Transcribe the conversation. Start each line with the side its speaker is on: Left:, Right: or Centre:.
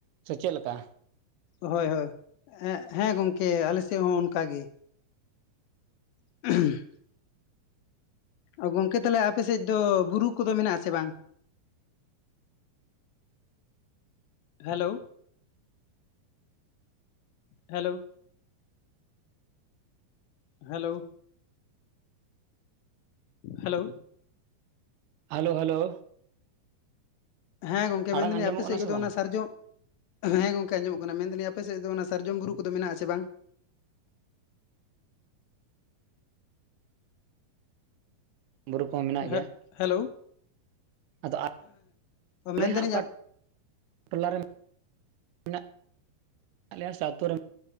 Right: ᱥᱮ ᱪᱮᱫ ᱞᱮᱠᱟ?
Left: ᱦᱳᱭ ᱦᱳᱭ, ᱦᱮᱸ ᱜᱚᱝᱠᱮ ᱟᱞᱮᱥᱮᱫ ᱦᱚᱸ ᱚᱱᱠᱟᱜ ᱜᱮ᱾ <inaudible> ᱚ ᱜᱚᱝᱠᱮ ᱛᱟᱦᱚᱞᱮ ᱟᱯᱮ ᱥᱮᱫ ᱫᱚ ᱵᱩᱨᱩ ᱠᱚᱫᱚ ᱢᱮᱱᱟᱜᱼᱟ ᱥᱮ ᱵᱟᱝ? Hello hello hello hello.
Right: Hello hello.
Left: ᱦᱮᱸ ᱜᱚᱝᱠᱮ
Right: ᱟᱲᱟᱝ
Left: ᱢᱮᱱ ᱫᱟᱞᱤᱧ
Right: ᱟᱸᱡᱚᱢᱚᱜ
Left: ᱟᱯᱮ ᱥᱮᱫ
Right: ᱠᱟᱱᱟ
Left: ᱠᱚᱫᱚ
Right: ᱥᱮ ᱵᱟᱝ
Left: ᱚᱱᱟ ᱥᱟᱨᱡᱚᱢ ᱦᱮᱸ ᱜᱚᱝᱠᱮ ᱟᱸᱡᱚᱢ ᱠᱟᱱᱟ᱾ ᱢᱮᱱ ᱫᱟᱞᱤᱧ ᱟᱯᱮ ᱥᱮᱫ ᱫᱚ ᱚᱱᱟ ᱥᱟᱨᱡᱚᱢ ᱵᱩᱨᱩ ᱠᱚᱫᱚ ᱢᱮᱱᱟᱜᱼᱟ ᱥᱮ ᱵᱟᱝ?
Right: ᱵᱩᱨᱩ ᱠᱚᱦᱚᱸ ᱢᱮᱱᱟᱜ ᱜᱮᱭᱟ᱾
Left: ᱦᱮᱸ ᱦᱮᱞᱳ᱾
Right: ᱟᱫᱚ ᱟᱞᱮ
Left: ᱢᱮᱱᱫᱟᱞᱤᱧ
Right: ᱦᱟᱸᱜ ᱚᱠᱟ ᱴᱚᱞᱟᱨᱮ ᱢᱮᱱᱟᱜᱼᱼ ᱟᱞᱮᱭᱟ ᱥᱟ ᱟᱛᱩ ᱨᱮᱢ,